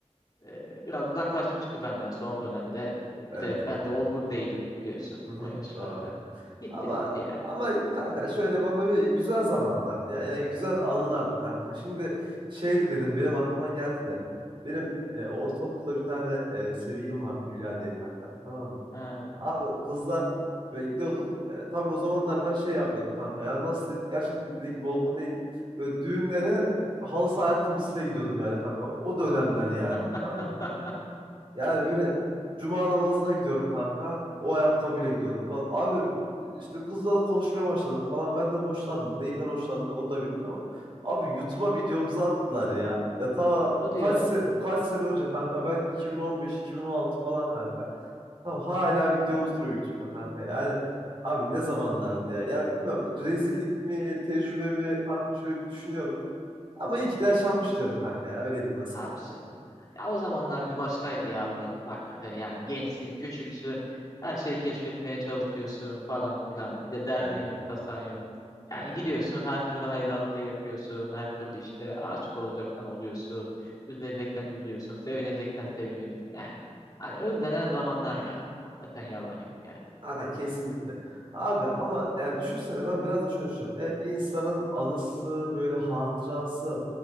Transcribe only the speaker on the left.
e, biraz uzaklaşmıştı benden son dönemde. E,
Bir de
ben de olgun değilim biliyorsun
o yaşlarda.
Gitti
bitti ya.
Ha.
<laughs>
Hadi
ya.
Tabii canım ya. Ya o zamanlar bir başkaydı ya Murat. Hakikaten yani gençsin, küçüksün. Her şeyi keşfetmeye çalışıyorsun falan filan. Bir de derdin
yok, tasan yok. Yani
gidiyorsun
her türlü haylazlığı yapıyorsun. Her türlü işte aşık olacaksan oluyorsun. Üzüleceksen üzülüyorsun. Sevineceksen seviniyorsun. Yani hani özlenen zamanlar ya. Hakikaten yalan yok yani.